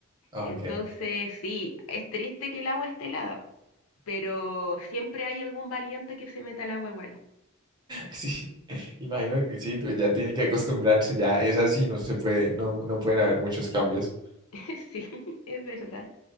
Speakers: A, on the right (about 20°); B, on the left (about 75°).
A: Ok.
B: Entonces,
A: <laughs>
B: sí, es triste que el agua esté helada pero siempre hay algún valiente que se meta al agua igual.
A: Sí, imagino que sí, pues ya tienen que acostumbrarse, ya es así, no se puede, no, no pueden haber muchos cambios.
B: <laughs> Sí, es verdad.